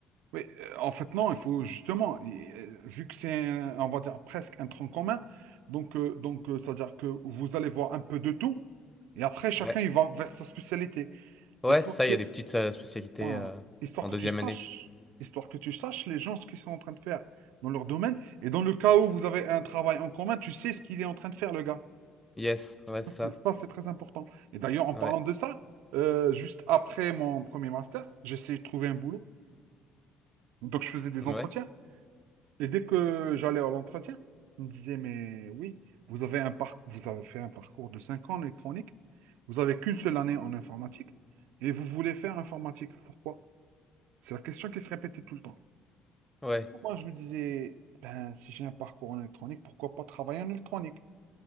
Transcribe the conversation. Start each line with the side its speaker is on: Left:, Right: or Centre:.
Right: Oui, euh, en fait, non, il faut justement, i- euh, vu que c'est, un- on va dire, presque un tronc commun, donc, euh, donc euh, ça veut dire que vous allez voir un peu de tout, et après, chacun,
Centre: Ouais,
Right: il va vers sa spécialité.
Centre: ouais,
Right: Histoire
Centre: c'est ça.
Right: que,
Centre: Il y a des petites euh, spécialités
Right: Voilà.
Centre: euh,
Right: Histoire
Centre: en
Right: que
Centre: deuxième
Right: tu saches,
Centre: année.
Right: histoire que tu saches les gens ce qu'ils sont en train de faire dans leur domaine. Et dans le cas où vous avez un travail en commun, tu sais ce qu'il est en train de faire, le gars.
Centre: Yes, ouais, c'est
Right: Ça, c'est
Centre: ça.
Right: ça, c'est très important. Et d'ailleurs, en
Centre: Ouais,
Right: parlant de ça, euh, juste après mon premier master, j'essayais de trouver un boulot. Donc, je faisais des
Centre: ouais,
Right: entretiens. Et dès que j'allais à l'entretien, on me disait, mais oui, vous avez un par- vous avez fait un parcours de 5 ans en électronique. Vous avez qu'une seule année en informatique. Et vous voulez faire informatique. Pourquoi? C'est la question qui se répétait tout le temps.
Centre: ouais.
Right: Moi, je me disais, ben, si j'ai un parcours en électronique, pourquoi pas travailler en électronique?